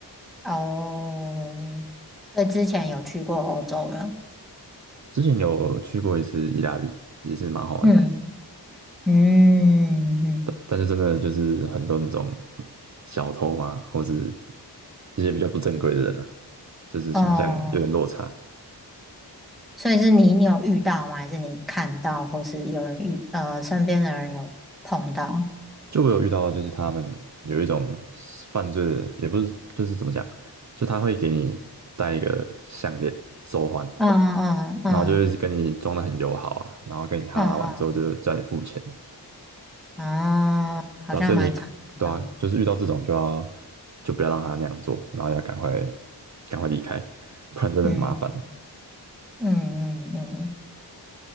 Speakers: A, in the centre; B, on the right.
A: 哦，所以之前有去过欧洲了。
B: 之前有去过一次意大利，也是蛮好玩的。
A: 嗯嗯嗯，嗯嗯
B: 但但是真的就是很多那种小偷嘛，或者一些比较不正规的人啊，就是想象有点落差。
A: 嗯哦。所以是你你有遇到吗？还是你看到，或是有人遇呃身边的人有碰到？
B: 就我有遇到，就是他们有一种犯罪的，也不是就是怎么讲，就他会给你戴一个项链手环，
A: 嗯嗯嗯
B: 然后就会跟你装的很友好啊，然后跟你哈拉完之后就叫你付钱，
A: 嗯嗯哦，好像蛮常遇到。
B: 对啊，所以你可对啊，就是遇到这种就要就不要让他那样做，然后要赶快赶快离开，不然真的很麻烦。
A: 嗯嗯嗯嗯，